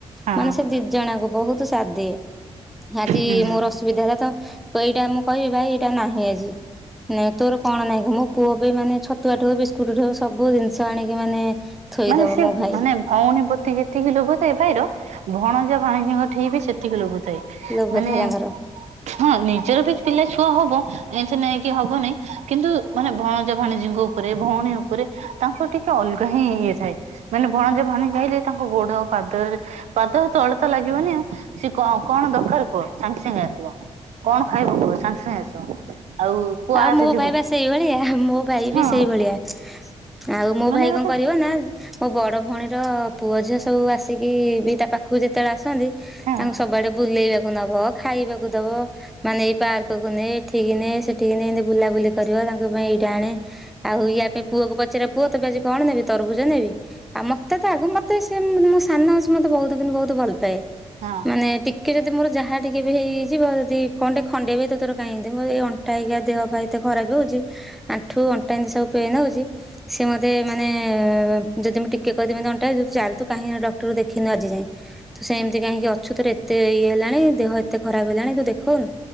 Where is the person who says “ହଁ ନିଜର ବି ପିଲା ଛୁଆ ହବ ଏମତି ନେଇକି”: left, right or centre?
Right